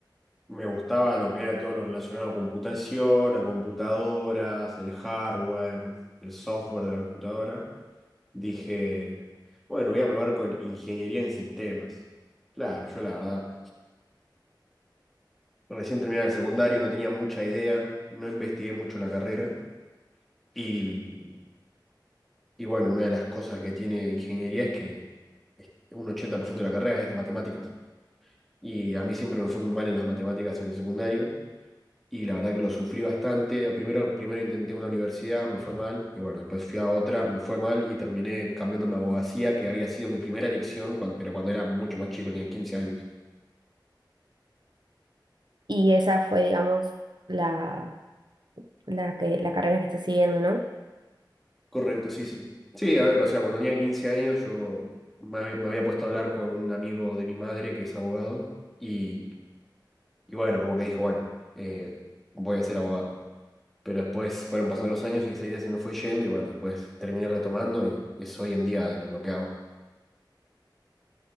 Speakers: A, in the centre; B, on the right (about 65°).
A: me gustaba lo que era todo lo relacionado a computación, a computadoras, el hardware, el software de la computadora, dije, bueno, voy a probar con ingeniería en sistemas. Claro, yo la verdad. Recién terminé el secundario, no tenía mucha idea, no investigué mucho la carrera. Y, y bueno, una de las cosas que tiene ingeniería es que un 80% de la carrera es matemáticas. Y a mí siempre me fue muy mal en las matemáticas en el secundario. Y la verdad que lo sufrí bastante. Primero, primero intenté una universidad, me fue mal. Y bueno, después fui a otra, me fue mal. Y terminé cambiándome a abogacía, que había sido mi primera elección, cuan- pero cuando era mucho más chico, tenía 15 años.
B: Y esa fue, digamos, la, la, que, la carrera que estás siguiendo, ¿no?
A: Correcto, sí, sí. Sí, a ver, o sea, cuando tenía 15 años yo me, hab- me había puesto a hablar con un amigo de mi madre que es abogado y, y bueno, como que dijo, bueno, eh, voy a ser abogado. Pero después fueron pasando los años y esa idea se me fue yendo y bueno, después terminé retomando y es hoy en día lo que hago